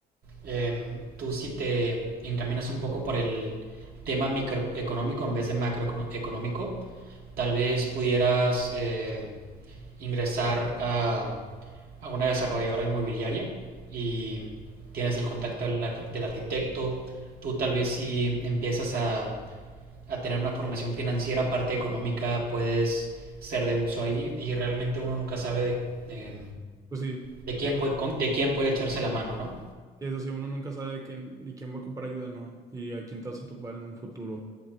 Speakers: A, on the right; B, on the right.
A: eh, tú si te encaminas un poco por el tema microeconómico en vez de macroeconómico, tal vez pudieras eh, ingresar a, a, una desarrolladora inmobiliaria y tienes el contacto del, ar- del arquitecto, tú tal vez si empiezas a a tener una formación financiera, parte económica, puedes ser de uso ahí y realmente uno nunca sabe de, eh,
B: Pues sí,
A: de quién, puede, de quién puede echarse la mano, ¿no?
B: sí, eso sí, uno nunca sabe de quién, de quién va a ocupar ayuda, ¿no? Y a quién te vas a topar en un futuro.